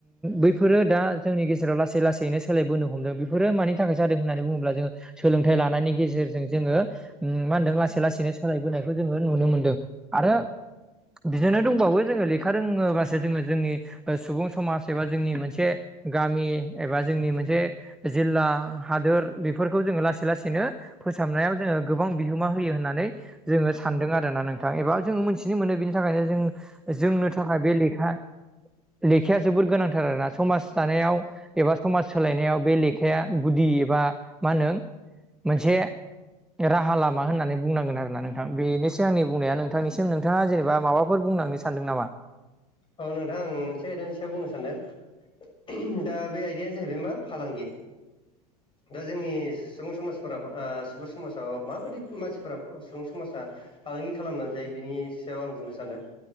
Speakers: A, in the centre; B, on the left (about 25°).
A: बैफोरो दा जोंनि गेजेराव लासै लासैनो सोलायबोनो हमदों बेफोरो मानि थाखाय जादों होननानै बुङोब्ला जोङो सोलोंथाइ लानायनि गेजेरजों जोङो मा होनदों लासै लासैनो सोलायबोनायखौ जोङो नुनो मोनदों आरो बिदिनो दंबावो जोङो लेखा रोङोबासो जोङो जोंनि सुबुं समाज एबा जोंनि मोनसे गामि एबा जोंनि मोनसे जिल्ला हादोर बेफोरखौ जोङो लासै लासै लासैनो फोसाबनायाव जोङो गोबां बिहोमा होयो होननानै जोङो सानदों आरोना नोंथां थां एबा जोङो मोनथिनो मोनो बेनि थाखायनो जों जोंनो थाखाय बे लेखा लेखाया जोबोर गोनांथार आरोना समाज दानायाव एबा समाज सोलायनायाव बे लेखाया गुदि एबा मा होनो मोनसे राहा लामा होननानै बुंनांगोन आर ना नों नोंथां बेनोसै आंनि बुंनाया नोंथांनिसिम नोंथाङा जेनेबा माबाफोर बुंनांनो सानदों नामा
B: औ नोंथां आं मोनसे आयदानि सायाव बुंनो सानदों दा बे आयदायानो जाहैबाय मा फालांगि दा जोंनि सुबुं समाजफोराव सुबुं
A: सरासनस्रा
B: समाजाव
A: समाव बा
B: माबायदि मानसिफोरा सुबुं समाजा फालांगि खालामनानै जायो बिनि सायाव आं बुंनो सानदों